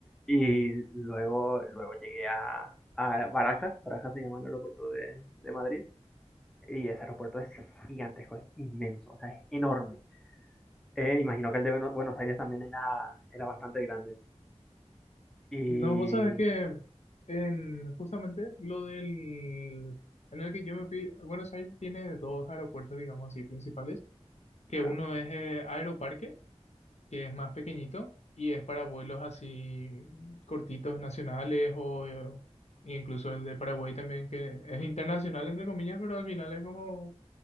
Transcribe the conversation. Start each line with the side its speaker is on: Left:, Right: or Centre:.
Centre: Y luego, luego llegué a, a Barajas, Barajas se llama el aeropuerto de, de Madrid, y ese aeropuerto es gigantesco, es inmenso, o sea, es enorme. Eh, imagino que el de Buenos Aires también era, era bastante grande. Y...
Left: No, vos sabés que en justamente lo del en el que yo me fui, Buenos Aires tiene dos aeropuertos, digamos así, principales, que
Centre: ¿ya?
Left: uno es eh, Aeroparque, que es más pequeñito y es para vuelos así cortitos nacionales o eh, incluso el de Paraguay también que es internacional entre comillas, pero al final es como